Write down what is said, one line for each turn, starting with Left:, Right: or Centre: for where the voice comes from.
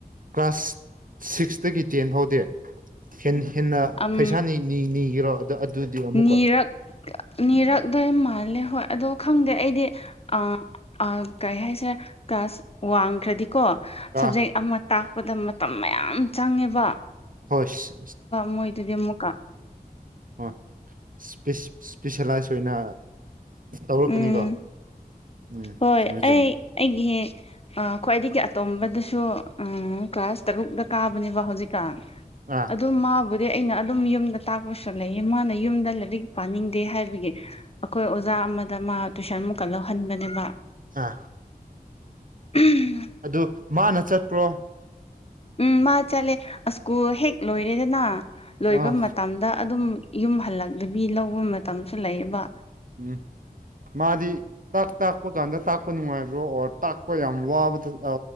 Right: ꯀ꯭ꯂꯥꯁ ꯁꯤꯛꯁꯇꯥꯒꯤ ꯇꯦꯟ ꯐꯥꯎꯗꯤ ꯍ ꯍꯦꯟꯅ
Left: ꯎꯝ
Right: ꯄꯩꯁꯥꯅꯤ ꯅꯤꯒꯤꯔꯣ ꯑꯗ ꯑꯗꯨꯗꯤ ꯑꯃꯨꯛꯀꯣ
Left: ꯅꯤꯔꯛ ꯅꯤꯔꯛꯗꯣꯏ ꯃꯥꯜꯂꯦ ꯍꯣꯏ ꯑꯗꯣ ꯈꯪꯗꯦ ꯑꯩꯗꯤ ꯑ ꯑ ꯀꯩ ꯍꯥꯏꯁꯤꯔꯥ ꯀ꯭ꯂꯥꯁ ꯋꯥꯡꯈ꯭ꯔꯗꯤꯀꯣ ꯁꯕꯖꯦꯛ
Right: ꯑꯥ
Left: ꯑꯃ ꯇꯥꯛꯄꯗ ꯃꯇꯝ ꯃꯌꯥꯝ ꯆꯪꯉꯦꯕ
Right: ꯍꯣꯏꯄꯤ
Left: ꯃꯣꯏ ꯑꯗꯨꯗꯤ ꯑꯃꯨꯛ
Right: ꯣꯏ ꯏꯁꯄꯤꯁꯦꯂꯥꯏꯁ ꯑꯣꯏꯅ ꯇꯧꯔꯛꯀꯅꯤꯀꯣ
Left: ꯎꯝ
Right: ꯎꯝ
Left: ꯍꯣꯏ
Right: ꯆꯨꯝꯃꯦ ꯆꯨꯝꯃꯦ
Left: ꯑꯩ ꯑꯩꯒꯤ ꯈ꯭ꯋꯥꯏꯗꯒꯤ ꯑꯇꯣꯝꯕꯗꯁꯨ ꯀ꯭ꯂꯥꯁ ꯇꯔꯨꯛꯛꯇ ꯀꯥꯕꯅꯦꯕ ꯍꯧꯖꯤꯛꯀꯥꯟ
Right: ꯑꯥ
Left: ꯑꯗꯨ ꯃꯥꯕꯨꯗꯤ ꯑꯩꯅ ꯑꯗꯨꯝ ꯌꯨꯝꯗ ꯇꯥꯛꯄꯁꯨ ꯂꯩꯌꯦ ꯃꯥꯅ ꯌꯨꯝꯗ ꯂꯥꯏꯔꯤꯛ ꯄꯥꯅꯤꯡꯗꯦ ꯍꯥꯏꯕꯒꯤ ꯑꯩꯈꯣꯏ ꯑꯣꯖꯥ ꯑꯃꯗ ꯃꯥ ꯇꯨꯏꯁꯟ ꯃꯨꯛꯀꯟ ꯂꯧꯍꯟꯕꯅꯦꯕ
Right: ꯑ
Left: ꯎꯝ
Right: ꯑꯗꯨ ꯃꯥꯅ ꯆꯠꯇꯄ꯭ꯔꯣ
Left: ꯎꯝ ꯃꯥ ꯆꯠꯂꯦ ꯁꯀꯨꯜ ꯍꯦꯛ ꯂꯣꯏꯔꯦꯗꯅ ꯂꯣꯏꯕ
Right: ꯑꯥ
Left: ꯃꯇꯝꯗ ꯑꯗꯨꯝ ꯌꯨꯝ ꯍꯜꯂꯛꯇꯕꯤ ꯂꯧꯕ ꯃꯇꯝꯁꯨ ꯂꯩꯌꯦꯕ
Right: ꯎꯝ ꯃꯥꯗꯤ ꯇ ꯇꯥꯛꯄ ꯀꯥꯟꯗ ꯇꯥꯛꯄ ꯅꯨꯡꯉꯥꯏꯕ꯭ꯔꯣ ꯑꯣꯔ ꯇꯥꯛꯄ ꯌꯥꯝ ꯋꯥꯕꯗꯔ